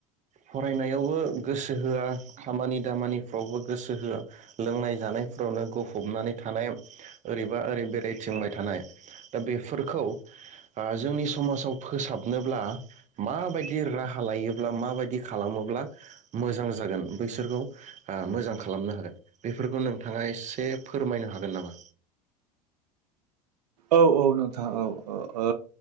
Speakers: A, on the right; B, on the right.
A: फरायनायावबो गोसो होआ खामानि दामानिफ्रावबो गोसो होआ लोंनाय जानायफोरावनो गफ फबनानै थानाय एरै बा ओरै बेरायथिंबाय थानाय दा बेफोरखौ ओ जोंनि समाजाव फोसाबनोब्ला माबायदि राहा लायोब्ला माबायदि खालामोब्ला मोजां जागोन बैसोरखौ ओ मोजां खालामनो हागोन बेफोरखौ नोंथाङा एसे फोरमायनो हागोन नामा
B: औ औ नोंथाङा औ ओ